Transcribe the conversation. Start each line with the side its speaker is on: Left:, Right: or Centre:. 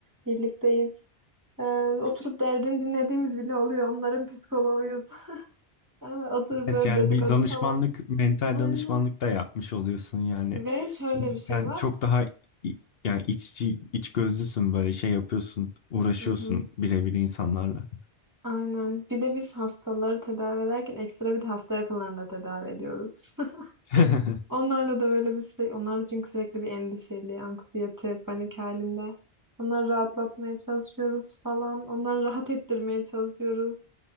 Right: birlikteyiz. Ee, oturup derdini dinlediğimiz bile oluyor. Onların psikoloğuyuz. <laughs> Ee, Oturup
Left: Evet
Right: böyle
Left: yani
Right: dedikodu
Left: bir danışmanlık,
Right: falan.
Left: mental
Right: Aynen.
Left: danışmanlık da yapmış oluyorsun yani.
Right: Ve şöyle
Left: Çünkü
Right: bir
Left: sen
Right: şey var.
Left: çok daha i- yani iççi, iç gözlüsün böyle şey yapıyorsun, uğraşıyorsun
Right: Hı hı.
Left: birebir insanlarla.
Right: Aynen. Bir de biz hastaları tedavi ederken ekstra bir de hasta yakınlarını da tedavi ediyoruz.
Left: <laughs>
Right: <laughs> Onlarla da böyle bir sürekli, onlar da çünkü sürekli bir endişeli, anksiyete, panik halinde. Onları rahatlatmaya çalışıyoruz falan. Onları rahat ettirmeye çalışıyoruz.